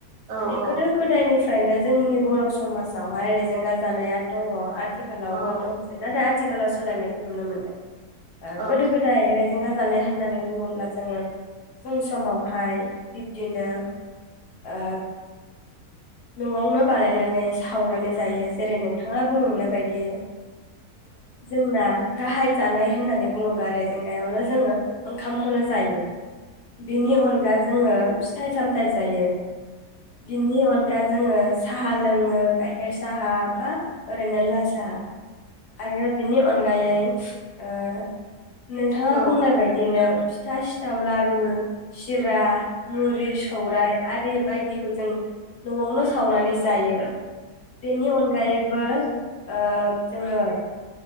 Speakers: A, on the right (about 65°); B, on the left (about 90°).
A: औ
B: माने
A: औ
B: गोदो गोदायनि फ्राय फ्रायनो जोंनि बर' समाजावहाय जेंगा जानाया दङ आथिखालावबो
A: औ
B: दंसै ना दा थिखालाव सोलायनायखौ नुनो मोनदों
A: औ
B: गोदो गोदाय रायेजेंगा जानाय होननानै बुङो ब्ला जोङो फुं समावहाय बिब्दिनो ओ न'आवनो बानायनानै सावनानै जायो जेरै नोंथाङा <unintelligible> बायदि जोंना गाहाय जानाय होननानै बुङोब्ला रेजेंगायावनो जोङो ओंखामखौनो जायो बिनि अनगा जोङो फिथाइ सामथाइ जायो बिनि अनगा गा जोङो साहा लोङो गायखेर साहा बा ओरैनो लाल साहा आरो बिनि अनगायै ओ नोंथाङा
A: औ
B: बुंनाय बायदिनो फिथा, सिथाव, लारु सिरा मुरिस सौराय आरि बायदिखौ जों न'आवनो सावनानै जायो बेनि अनगायैबो ओ जोङो